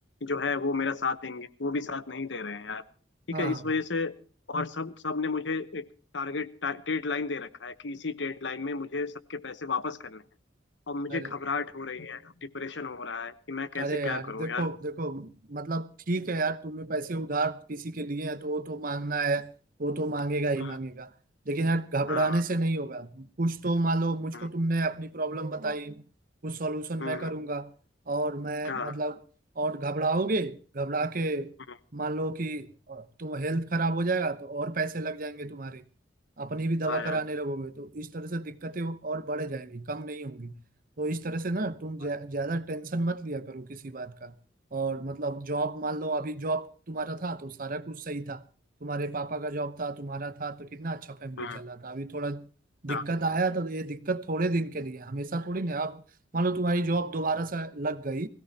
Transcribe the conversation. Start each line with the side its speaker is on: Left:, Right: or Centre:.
Left: जो है वो मेरा साथ देंगे वो भी साथ नहीं दे रहे हैं यार ठीक
Right: हाँ
Left: है इस वजह से और सब सब ने मुझे टारगेट डेड लाइन दे रखा है कि इसी डेड लाइन में मुझे सबके पैसे वापस करने हैं और मुझे
Right: अरे
Left: घबराहट हो रही है डिप्रेशन हो रहा है कि मैं कैसे
Right: अरे
Left: क्या
Right: यार
Left: करूं
Right: देखो
Left: यार
Right: देखो मतलब ठीक है यार तुमने पैसे उधार किसी के लिए हैं तो वो तो मांगना है वो तो मांगेगा ही
Left: हाँ
Right: मांगेगा लेकिन यार घबराने
Left: हाँ
Right: से नहीं होगा कुछ तो मान लो मुझको
Left: हाँ
Right: तुमने अपनी प्रॉब्लम बताई कुछ सॉल्यूशन मैं
Left: हाँ
Right: करूंगा और मैं
Left: हाँ
Right: मतलब और घबराओगे घबरा के
Left: हाँ,
Right: मान लो कि अ, तुम हेल्थ खराब हो जाएगा तो और पैसे लग जाएंगे तुम्हारे अपनी भी दवा
Left: हाँ यार
Right: कराने लगोगे तो इस तरह से दिक्कतें और बढ़ जाएंगी कम नहीं होंगी तो इस तरह से ना तुम ज्या-
Left: हाँ
Right: ज्यादा टेंशन मत लिया करो किसी बात का और मतलब जॉब मान लो अभी जॉब तुम्हारा था तो सारा कुछ सही था तुम्हारे पापा का जॉब था तुम्हारा था तो कितना अच्छा फैमिली
Left: हम्म,
Right: चल रहा था अभी थोड़ा दिक्कत
Left: हाँ
Right: आया तो ये दिक्कत थोड़े दिन के लिए है, हमेशा थोड़ी ना अब मान लो तुम्हारी जॉब दोबारा से लग गई